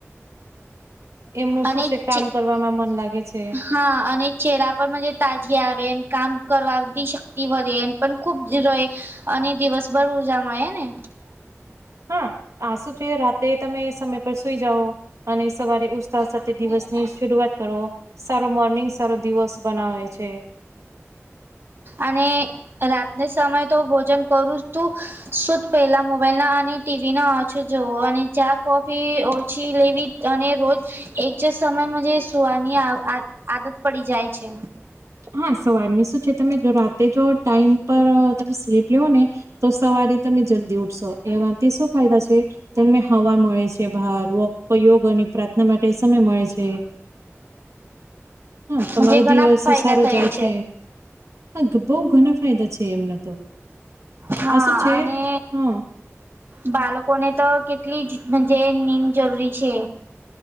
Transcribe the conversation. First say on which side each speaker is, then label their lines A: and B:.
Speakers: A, on the right; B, on the right.
A: એમનું
B: અને
A: શું છે કામ
B: કે
A: કરવામાં મન લાગે છે
B: હા અને ચહેરા પર મનજે તાજી આવે ને કામ કરવાધ શક્તિ વધેન પણ ખૂબ જ રહે અને દિવસભર ઉર્જામાં એ ને
A: હા આ શું છે રાતે તમે સમય પર સુઈ જાઓ. અને સવારે ઉત્સાહ સાથે દિવસની શરૂઆત કરો સારો મોર્નિંગ સારો દિવસ બનાવે છે.
B: અને રાતને સમય તો ભોજન કરું જ તું શુધ પહેલા મોબાઈલના અને ટી વી નો આછો જવો અને ચા કોફી ઓછી લેવી અને રોજ એક જ સમયમાં જે સુવાની આવ આ આદત પડી જાય છે.
A: હા સવારની શું છે તમે જો રાતે જો ટાઈમ પર તમે સ્લીપ લેવો ને તો સવારે તમે જલ્દી ઉઠશો એવાથી શું ફાયદા છે તને હવા મળે છે બાર યોગની પ્રાર્થના માટે સમય મળે છે. હા તમારો
B: મજે ઘણા
A: દિવસ
B: ફાયદા
A: સસ તો
B: થયા
A: જાએ છે હા ઘ ઘણા ફાયદા છે એમને તો.
B: હા
A: આ શું છે
B: અને
A: હા
B: બાલકો ને તો કેટલી જ જે નીમ જરૂરી છે.